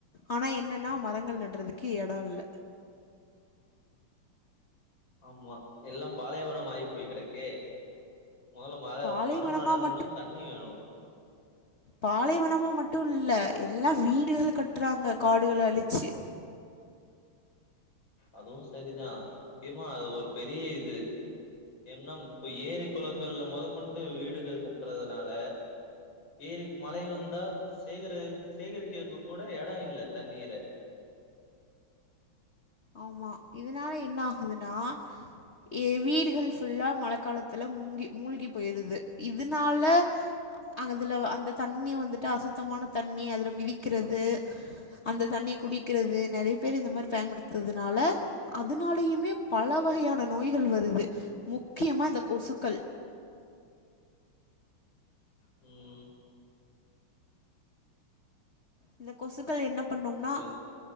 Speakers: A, on the left; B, on the left.
A: ஆனா என்னனா மரங்கள் நட்றதுக்கு எடொ இல்ல
B: ஆமா எல்லா பாலைவனொ ஆயிப்போயி கெடக்கே மொதல்ல மர
A: பாலைவனமாக
B: மரம் நடணுனா தண்ணி வேணு
A: பாலைவனமா மட்டும் இல்ல எல்லா வீடுகள் கட்றாங்க காடுகள அழிச்சி
B: அதுவு சரிதா முக்கியமா அது ஒரு பெரிய இது என்னம் இப்ப ஏரி குளங்கள்ல மொத கொண்டு வீடுகள் கட்றதுனால ஏரி மழை வந்தா சேகரு சேகரிக்கிறது கூட எடொ இல்ல தண்ணீர
A: ஆமா இதனால என்ன ஆகுதுனா ஏ வீடுகள் ஃபுல்லா மழ காலத்துல முங்கி மூழ்கி போயிருது இதுனால அதுல அந்த தண்ணி வந்துட்டு அசுத்தமான தண்ணி அதுல மிதிக்குறது அந்த தண்ணிய குடிக்கிறது நறையா பேரு இந்த மாரி பயன்படுத் த்துறதுனால அதனாலயுமே பல வகையான நோய்கள் வருது முக்கியமா இந்த கொசுக்கள்
B: ம்
A: இந்த கொசுக்கள் என்ன பண்ணும்னா
B: சொல்லுங்க